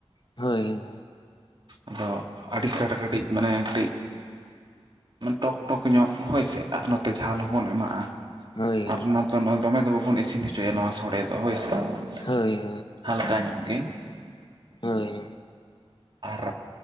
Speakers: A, on the left; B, on the right.
A: ᱦᱳᱭ᱾
B: ᱟᱫᱚ ᱟᱹᱰᱤ ᱠᱟᱴ ᱠᱟᱹᱴᱤᱡ ᱢᱟᱱᱮ ᱠᱟᱹᱴᱤᱡᱼᱼ ᱴᱚᱠ ᱴᱚᱠ ᱧᱚᱜ ᱦᱳᱭᱥᱮ ᱟᱨ ᱱᱚᱛᱮ ᱡᱷᱟᱞ ᱦᱚᱸ ᱵᱚᱱ ᱮᱢᱟᱜᱼᱟ ᱾
A: ᱦᱳᱭ ᱦᱳᱭ
B: ᱟᱨ ᱚᱱᱟ ᱫᱚ ᱫᱚᱢᱮ ᱫᱚ ᱵᱟᱵᱚᱱ ᱤᱥᱤᱱ ᱦᱚᱪᱚᱭᱟ ᱱᱚᱣᱟ ᱥᱳᱲᱮ ᱫᱚ ᱦᱳᱭᱥᱮ
A: ᱦᱳᱭ
B: ᱾
A: ᱦᱳᱭ
B: ᱦᱟᱞᱠᱟ ᱧᱚᱜ ᱜᱮ ᱾
A: ᱦᱳᱭ ᱾
B: ᱟᱨ